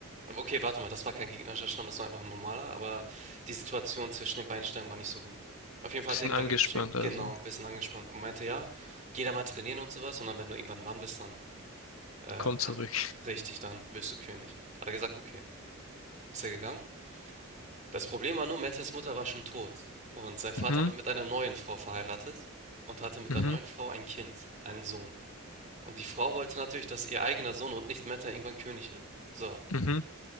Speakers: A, on the right; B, on the left.
A: Aber Okay, warte mal, das war kein gegnerischer Stamm, das war einfach ein normaler, aber die Situation zwischen den beiden Stämmen war nicht so gut. Auf jeden Fall
B: Bisschen
A: hat er ihn
B: angespannt,
A: dann geschickt,
B: also.
A: genau, ein bisschen angespannt und meinte, ja, geh da mal trainieren und sowas und dann, wenn du irgendwann Mann bist, dann äh,
B: Komm
A: kann,
B: zurück.
A: richtig, dann wirst du König. Hat er gesagt, okay, ist er gegangen. Das Problem war nur, Mettes Mutter war schon tot und sein Vater
B: Mhm,
A: war mit einer neuen Frau verheiratet und hatte mit
B: mhm,
A: der neuen Frau ein Kind, einen Sohn. Und die Frau wollte natürlich, dass ihr eigener Sohn und nicht Meta irgendwann König wird. So,
B: mhm,